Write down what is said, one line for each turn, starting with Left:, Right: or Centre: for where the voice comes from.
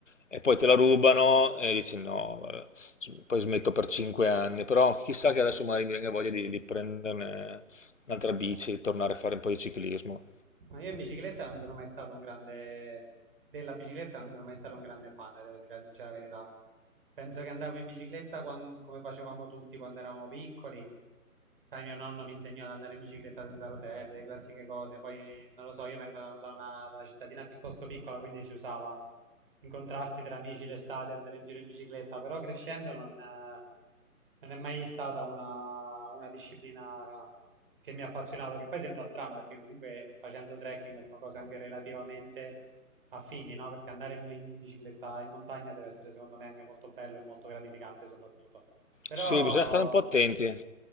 Left: e poi te la rubano e dici no, vabbè, poi smetto per 5 anni, però chissà che adesso magari mi venga voglia di, di prenderne un'altra bici, tornare a fare un po' di ciclismo.
Right: Ma io in bicicletta non sono mai stato un grande... della bicicletta non sono mai stato un grande fan, devo dire la sincera verità. Penso che andavo in bicicletta quan- come facevamo tutti quando eravamo piccoli. Sai, mio nonno mi insegnò ad andare in bicicletta senza rotelle, le classiche cose. Poi, non lo so, io vengo da da una, da una cittadina piuttosto piccola, quindi si usava incontrarsi tra amici l'estate, andare in giro in bicicletta. Però crescendo non, eh, non è mai stata una, una disciplina ah, che mi ha appassionato, che poi sembra strano perché comunque facendo trekking sono cose anche relativamente affini, no? Perché andare in, in bicicletta in montagna deve essere secondo me anche molto bello e molto gratificante soprattutto. Però,
Left: Sì, bisogna stare un po' attenti.